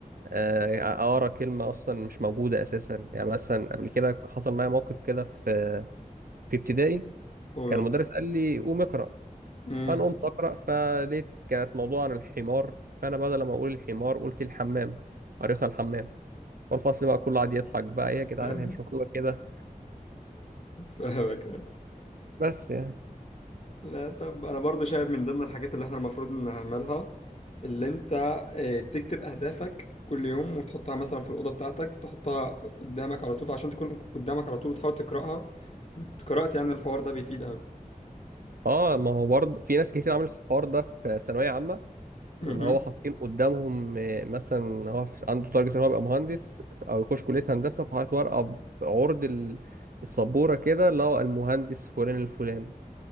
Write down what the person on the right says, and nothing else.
آه، اقرا كلمه اصلا مش موجوده اساسا يعني مثلا قبل كده حصل معايا موقف كده في في ابتدائي
كان المدرس قال لي قوم اقرا
فانا قمت اقرا فلقيت كانت موضوع عن الحمار فانا بدل ما اقول الحمار قلت الحمام قريتها الحمام والفصل بقى كله قعد يضحك بقى إيه يا جدعان
هي مش مكتوبه كده
بس يعني
اه ما هو برضه في ناس كتير عملت الحوار ده في ثانويه عامه واللي
هو حاطين قدامهم آه، مثلا هو في- عنده تارجت ان هو يبقى مهندس او يخش كليه هندسه فحاطط ورقه بعرض ال- السبوره كده اللي هو المهندس فلان الفلان